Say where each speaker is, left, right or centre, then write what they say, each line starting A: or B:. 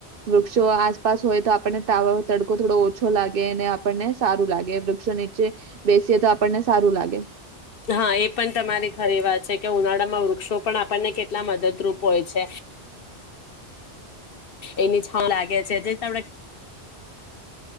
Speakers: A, on the right; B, on the left.
A: વૃક્ષો આસપાસ હોય તો આપણને તા તડકો થોડો ઓછો લાગે અને આપણને સારું લાગે વૃક્ષોને બેસીએ તો આપણને સારું લાગે.
B: હા એ પણ તમારી ખરી વાત છે કે ઉનાળામાં વૃક્ષો પણ આપણને કેટલા મદદરૂપ હોય છે. એની છા લાગે છે જે તમે